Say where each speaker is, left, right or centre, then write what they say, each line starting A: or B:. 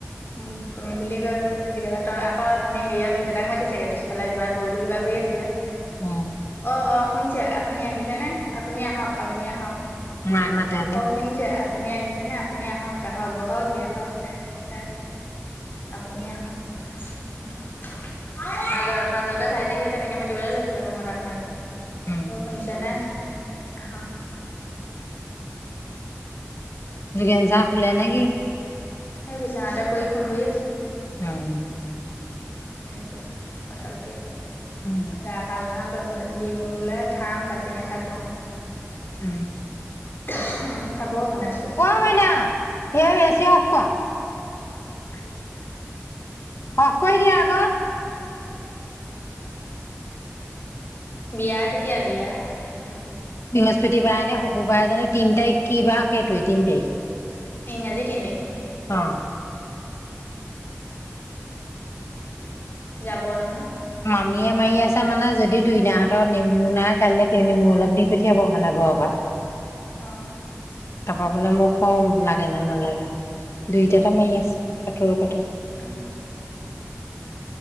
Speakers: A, on the left; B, on the left.
A: উ তুমি বুলি কয় তই আকৌ ধনী হেৰিয়ক দেউতাক মাতি চগে পিছফালে কিবা গৰুতো কিবা কৰি আছিলে? <unintelligible>
B: উম
A: অ অ শুনিছে আপুনি আহিছেনে আপুনি আহক আপুনি আহক
B: মায়ে মাতে যে
A: অ শুনিছে আপুনি আহিছেনেে আপুনি আহক আহক বহকহি আহক <unintelligible> আপুনি আহক <unintelligible> মাজত মাজতে ভাইটিক সে তেনেকে মাতিবলে লৈছিলে মোৰ মতাখনে যে
B: উম
A: অ শুনিছে ন আহ
B: যুগেন চাহ খলে নেকি? <unintelligible>
A: এই বিচনাতে পৰি ফোন কৰি আছে
B: হম
A: সেনেকৈ কথা পাতি আছে
B: উম
A: গা ভাল নহয় প্ৰথম দিম বোলে খাম বাচি নাথাকোঁ আৰু <unintelligible>
B: উম
A: আৰু খাব বনাইছোঁ।
B: অ মইনা ইয়াৰ এছি অফ কৰা <unintelligible> অফ কৰি দিয়া আক
A: বিয়া কেতিয়া বিয়া সেত
B: বৃহস্পতিবাৰে নে শুকুবাৰে জানো তিনি তাৰিখ কি বা সেইটোৱে তিন তাৰিখ <unintelligible>
A: ইংৰাজী তিনতাৰিখ
B: অ
A: উম যাব নহয়
B: মামীয়ে মাৰি আছে মানে যদি তুইনাহঁতৰ নেমু নাই কাইলে তেওঁ নেমু অলপ দি পঠিয়াব মানে ঘৰৰ পৰা
A: অ
B: তাপা আপোনাক মই কম লাগে নে নালাগে দুইটাতে মাৰি
A: উম।
B: আছে একেলগতে
A: উম,